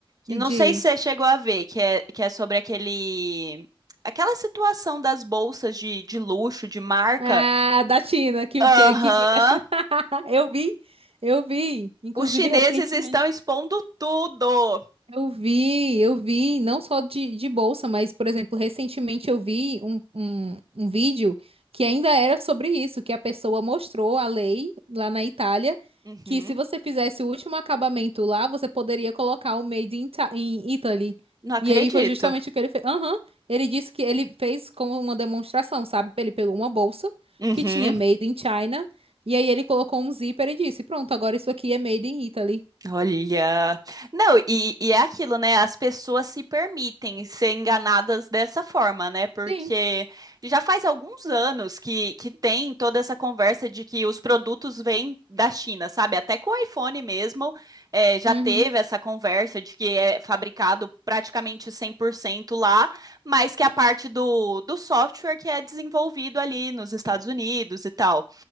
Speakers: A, on the right (about 85°); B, on the right (about 40°).
A: Me
B: E Não
A: diz.
B: sei se você chegou a ver, que é, que é sobre aquele, aquela situação das bolsas de, de luxo, de marca.
A: Ah, da China, que,
B: Aham,
A: que, que vinha da China. <laughs> Eu vi, eu vi. Inclusive,
B: os chineses
A: recentemente.
B: estão expondo tudo.
A: Eu vi, eu vi, não só de, de bolsa, mas, por exemplo, recentemente eu vi um, um, um vídeo que ainda era sobre isso, que a pessoa mostrou a lei lá na Itália,
B: Uhum,
A: que se você fizesse o último acabamento lá, você poderia colocar o Made in, Ta- in Italy.
B: não acredito.
A: E aí foi justamente o que ele fez. Aham, ele disse que ele fez como uma demonstração, sabe? Ele pegou uma bolsa
B: Uhum.
A: que tinha Made in China, e aí ele colocou um zíper e disse, pronto, agora isso aqui é Made in Italy.
B: Olha, não, e, e é aquilo, né? As pessoas se permitem ser enganadas dessa forma, né? Porque
A: Sim.
B: já faz alguns anos que, que tem toda essa conversa de que os produtos vêm da China, sabe? Até com o iPhone mesmo, eh, já
A: Uhum.
B: teve essa conversa de que é fabricado praticamente 100% lá, mas que a parte do, do software que é desenvolvido ali nos Estados Unidos e tal.